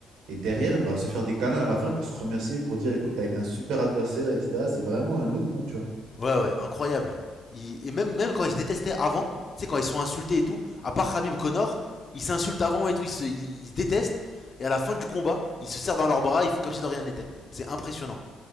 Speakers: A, on the right (about 85°); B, on the left (about 40°).
A: et derrière, bah, se faire des câlins à la fin pour se remercier, pour dire, écoute, tu as été un super adversaire, etc. C'est vraiment un autre monde, tu vois.
B: Ouais, ouais, incroyable. Il- Et même, même quand ils se détestaient avant, tu sais, quand ils sont insultés et tout, à part Khabib Connor, ils s'insultent avant et tout, ils se, ils se détestent. Et à la fin du combat, ils se serrent dans leurs bras, ils font comme si de rien n'était. C'est impressionnant.